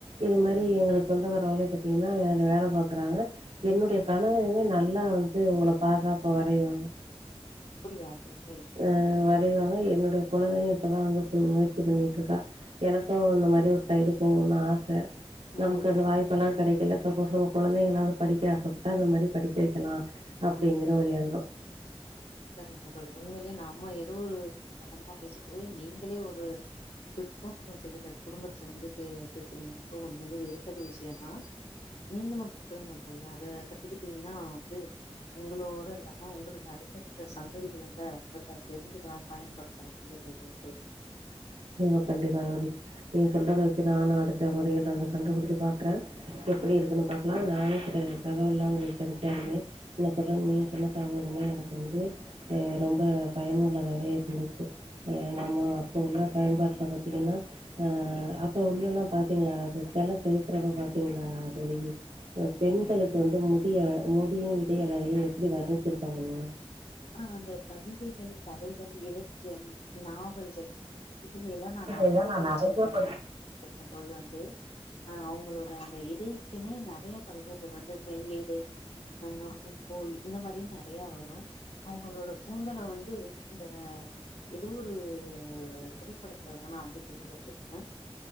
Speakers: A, on the right; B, on the left.
A: இதுமாரி
B: ம்.
A: எங்க சொந்தக்காரங்களே பாத்திங்கனா அதுல வேலை பாக்குறாங்க என்னுடைய
B: ம்.
A: கணவருமே நல் நல்லா வந்து ஒங்கள பாத்தா இப்ப வரைவாங்க
B: அப்படியா தோழி
A: ஆ வரைவாங்க, என்னேடா கொழந்தையு இப்பாதா வந்து இப்ப முயற்சி பண்ணிட்டு இருக்கா எனக்கு இந்த மாரி ஒரு சைடு போகுனுனு ஆச நமக்கு
B: ம்.
A: அந்த
B: ம்.
A: வாய்ப்புலா கெடைக்கல சாப்பேஸ் நம்ம குழந்தைங்களாது படிக்க ஆசைப்பாட்ட அந்த மாரி படிக்க வெக்கலா அப்டிங்குற
B: ஆமா.
A: ஒரு எண்ணோ
B: சரிங்க தோழி, உண்மையிலேயே நம்ம எதோ ஒரு சம்பந்தாமா பேச போய் நீங்களே ஒரு சிற்பம் செய்யறா குடுப்பத்துல இருந்து பே பேசுறீங்கறப்போ உண்மைலே வியத்தகு விஷயந்தா நீங்களு கத்துக்கோங்க தோழி அதா கத்துக்கிட்டிங்கனா வந்து உங்களோட இல்லாம உங்களுக்கு அடுத் தடுத்த சந்ததிகள் வந்து அத வந்து இப்ப தெரிஞ்சிக்கலா பயன்படுத்தலாம்ல தோழி வந்து
A: கண்டிப்பா கண்டிப்பா தோழி, நீங்க சொல்றத வச்சி நானு அடுத்த முறையில வந்து கண்டு புடிச்சி பாக்குற
B: ம்
A: எப்படி இருக்கு பாக்கலா நானே இது பத்துன தகவல்லா உங்ககிட்ட <unintelligible> என்ன சொல்ற நீங்க சொன்ன தகவல்லா எனக்கு வந்து ஆ ரெம்ப பயனுள்ளதாகவே இருந்துச்சு, அ நம்ம அப்போ உள்ள பயன்பாட்டுல பாத்திங்கனா ஆ அப்ப உள்ளதுலா பாத்திங்களா சிலை செதுக்குறப்ப பாத்திங்களா தோழி அ பெண்களுக்கு வந்து முடிய முடியு இடை அழகையும் எப்டி வர்ணிச்சிருப்பாங்கனு
B: ஆ அந்த கவிதைகள் கதைகள் இலக்கியம் நாவல்கள் இதுல எல்லா நா நெறையா
A: இதெல்லாம் நான்
B: படிச்சிருக்கே
A: நெறைய படிச்சிருக்கேன்.
B: படிச்சிருக்கே தோழி வந்து அ அவங்களோட அந்த இடைக்குமே நெறையா கவிஞர்கள் வந்து மெல்லிடை அ பூப்போல் இந்த மாரியு நெறையா வரு அவங்களோட கூண்தல வந்து இதுல ஏதோ ஒரு திரைப்படத்துலதா நா வந்து கேள்விப்பட்ருக்கே